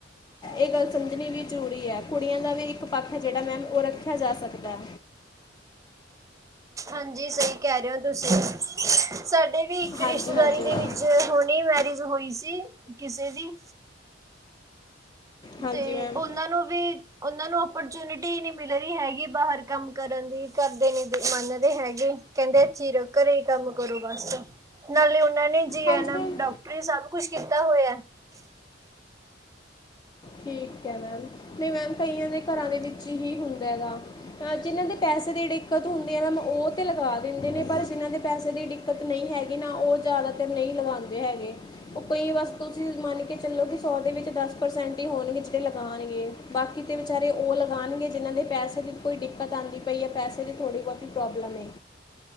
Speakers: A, on the left; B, on the right.
A: ਇਹ ਗੱਲ ਸਮਝਣੀ ਵੀ ਜ਼ਰੂਰੀ ਹੈ ਕੁੜੀਆਂ ਦਾ ਵੀ ਇੱਕ ਪੱਖ ਜਿਹੜਾ ਮੈਮ ਉਹ ਰੱਖਿਆ ਰੱਖਿਆ ਜਾ ਸਕਦਾ ਹੈ
B: ਹਾਂਜੀ ਸਹੀ ਕਹਿ ਰਹੇ ਹੋ ਤੁਸੀਂ ਸਾਡੇ ਵੀ ਇੱਕ
A: ਹਾਂਜੀ
B: ਰਿਸ਼ਤੇਦਾਰੀ
A: ਹਾਂਜੀ
B: ਦੇ
A: ਮੈਮ
B: ਵਿੱਚ ਹੁਣੇ ਮੈਰਿਜ ਹੋਈ ਸੀ ਕਿਸੇ ਦੀ
A: ਹਾਂਜੀ
B: ਤੇ
A: ਮੈਮ
B: ਉਹਨਾਂ ਨੂੰ ਵੀ ਉਹਨਾਂ ਨੂੰ ਓਪਰਚਿਓਨਟੀ ਨੀ ਮਿਲ ਰਹੀ ਹੈਗੀ ਬਾਹਰ ਕੰਮ ਕਰਨ ਦੀ ਘਰਦੇ ਨੀ ਮੰਨਦੇ ਹੈਗੇ ਕਹਿੰਦੇ ਇੱਥੇ ਰਹੋ ਘਰੇ ਕੰਮ ਕਰੋ ਬਸ ਨਾਲੇ ਨਾਲੇ ਜੀ ਐਨ
A: ਹਾਂਜੀ
B: ਐਮ
A: ਮੈਮ
B: ਡਾਕਟਰੀ ਸਭ ਸਭ‌ ਕੁਛ ਕੀਤਾ ਹੋਇਆ
A: ਠੀਕ ਹੈ ਮੈਮ ਨਹੀਂ ਮੈਮ ਕਈਆਂ ਦੇ ਘਰਾਂ ਦੇ ਵਿੱਚ ਹੀ ਹੁੰਦਾ ਹੈਗਾ ਜਿਹਨਾਂ ਦੇ ਪੈਸੇ ਦੀ ਦਿੱਕਤ ਹੁੰਦੀ ਹੈ ਮੈਮ ਉਹ ਤੇ ਲਗਾ ਦਿੰਦੇ ਨੇ ਪਰ ਜਿਹਨਾਂ ਦੇ ਪੈਸੇ ਦੀ ਦਿੱਕਤ ਨਹੀਂ ਹੈਗੀ ਨਾ ਉਹ ਜ਼ਿਆਦਾਤਰ ਨਹੀਂ ਲਗਾਦੇ ਹੈਗੇ ਉਹ ਕਈ ਬਸ ਤੁਸੀਂ ਮੰਨ ਕੇ ਚਲੋ ਕਿ ਸੌ ਦੇ ਵਿੱਚ ਦਸ ਪਰਸੈਂਟ ਹੋਣਗੇ ਜਿਹੜੇ ਲਗਾਣਗੇ ਬਾਕੀ ਤਾਂ ਵਿਚਾਰੇ ਉਹ ਲਗਾਣਗੇ ਜਿਨ੍ਹਾਂ ਦੇ ਪੈਸੇ ਕੋਈ ਦਿੱਕਤ ਆਦੀ ਪਈ ਏ ਪੈਸੇ ਦੀ ਥੋੜ੍ਹੀ ਬਹੁਤੀ ਪ੍ਰੋਬਲਮ ਹੈ